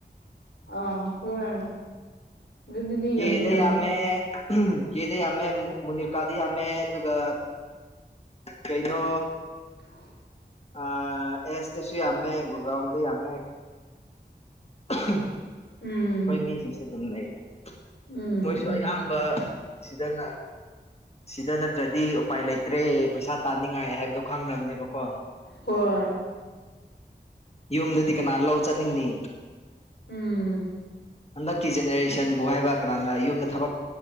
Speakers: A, on the left; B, on the left.
A: ꯑ ꯍꯣꯏ ꯑꯗꯨꯗꯤ
B: ꯀꯦꯗ
A: ꯌꯥꯝꯗꯤ ꯌꯥꯝꯅꯤ
B: ꯌꯥꯃꯦ ꯀꯦꯗ ꯌꯥꯃꯦ ꯃꯅꯤꯔꯀꯥꯗ ꯌꯥꯝꯃꯦ ꯑꯗꯨꯒ ꯀꯩꯅꯣ
A: <unintelligible>
B: ꯑ ꯑꯦꯁꯇ ꯁꯤ ꯌꯥꯝꯃꯦ ꯒꯨꯔꯒꯥꯎꯟꯗ ꯌꯥꯝꯃꯦ ꯎꯝ
A: ꯎꯝ
B: ꯍꯣꯏ ꯃꯤꯁꯤꯡꯁꯨ ꯑꯗꯨꯝ ꯂꯩꯗ
A: ꯎꯝ
B: ꯃꯣꯏꯁꯨ
A: ꯎꯝ
B: ꯑꯌꯥꯝꯕ ꯁꯤꯗꯅ ꯁꯤꯗ ꯅꯠꯇ꯭ꯔꯗꯤ ꯎꯄꯥꯏ ꯂꯩꯇ꯭ꯔꯦ ꯄꯩꯁꯥ ꯇꯥꯅꯤꯡꯉꯥꯏ ꯍꯥꯏꯕꯗꯣ ꯈꯪꯅꯕꯅꯦꯕꯀꯣ
A: ꯍꯣꯏ
B: ꯌꯧꯗꯗꯤ ꯀ ꯅ ꯂꯧ ꯆꯠꯅꯤꯡꯅꯤ
A: ꯎꯝ
B: ꯍꯟꯗꯛꯀꯤ ꯖꯦꯅꯦꯔꯦꯁꯟꯕꯨ ꯍꯥꯏꯕ ꯀꯅꯥꯅ ꯌꯨꯝꯗ ꯊꯕꯛ